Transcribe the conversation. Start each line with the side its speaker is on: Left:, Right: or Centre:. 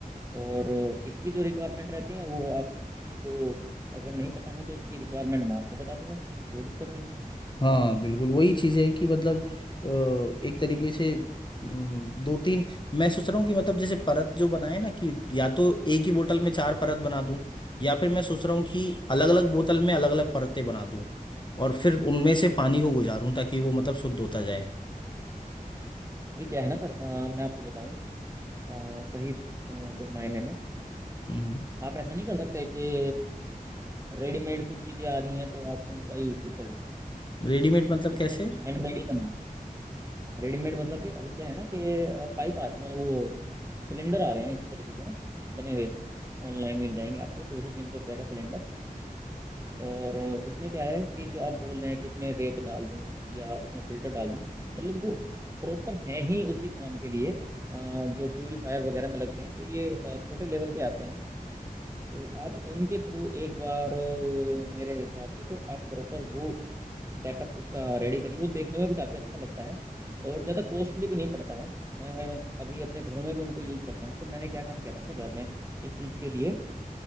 Right: और इसकी जो रिक्वायरमेंट रहती है वो आपको अगर नहीं पता है तो उसकी रिक्वायरमेंट मैं आपको बता दूंगा कोई दिक्कत नहीं है
Left: हाँ बिल्कुल वही चीज है कि मतलब अ, एक तरीके से अम, दो तीन मैं सोच रहा हूँ कि मतलब जैसे परत जो बनाए ना कि या तो एक ही बोतल में चार परत बना दूं या फिर मैं सोच रहा हूँ कि अलग अलग बोतल में अलग अलग परतें बना दूं और फिर उनमें से पानी को गुजारूं ताकि वो मतलब शुद्ध होता जाए
Right: अभी क्या है ना सर अ, मैं आपको बताऊं अ, सही अ, जो मायने में
Left: हम्म
Right: आप ऐसा नहीं कर सकते कि रेडीमेड कुछ चीजें आ रही हैं तो आप उनका यूज कर लो
Left: रेडीमेड मतलब
Right: ये
Left: कैसे
Right: मतलब हैंडमेड ही करना है रेडीमेड मतलब कि अभी क्या है ना कि पाइप आ मतलब वो सिलेंडर आ रहे हैं इसी तरीके के ना बने हुए ऑनलाइन मिल जाएंगे आपको दो सौ तीन सौ रुपए का सिलेंडर और उसमें क्या है कि जो आप बोल रहे हैं कि इसमें रेत डाल दूं या इसमें फिल्टर डाल दूं मतलब वो प्रॉपर है ही उसी काम के लिए अ, जो प्यूरिफायर वगैरह में लगते हैं तो ये अ, छोटे लेवल के आते हैं तो आप उनके थ्रू एक बार अ, मेरे हिसाब से तो आप प्रॉपर वो सेटअप उसका रेडी करिए वो देखने में भी काफ़ी अच्छा लगता है और ज़्यादा कॉस्टली भी नहीं पड़ता है मैं अभी अपने घरों में भी उनको यूज़ करता हूँ तो मैंने क्या काम किया था अपने घर में इस चीज़ के लिए